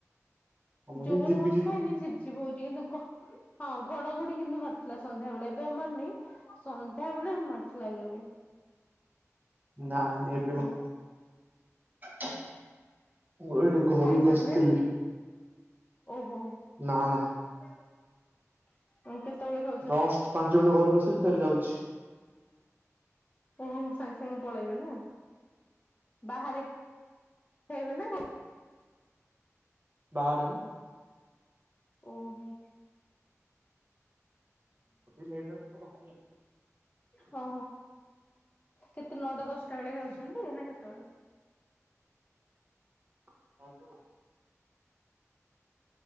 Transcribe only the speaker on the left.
ଜୋରେ
ବର୍ଷା
ହେନି ଝିପ୍ ଝିପ୍ ହଉଛି କିନ୍ତୁଗ ହଁ ଘଡଘଡି କିନ୍ତୁ ମାରିଥୁଲା ସନ୍ଧ୍ୟା ବେଳେ ଏବେ ଆଉ ମାର୍ନି ସନ୍ଧ୍ୟା ବେଳେ ମାରିଥିଲା ଯୋର୍ରେ।
ଆଜ୍ଞା
ଖାଇସାରିଲେଣି
ଓହୋ।
<unintelligible> ଆଉ କେତେବେଳେ ଖାକ୍
ଓହୋ ସାଙ୍ଗ୍ ସାଙ୍ଗ୍ ପଳେଇବେ ନା। ବାହାରେ ଖାଇବେ ନା ଘ
ଓହୋ।
ହ କେତେ ନଅଟା ଦଶଟା ବେଳେ ଖାଉଛନ୍ତି ନା କେତବେଳେ?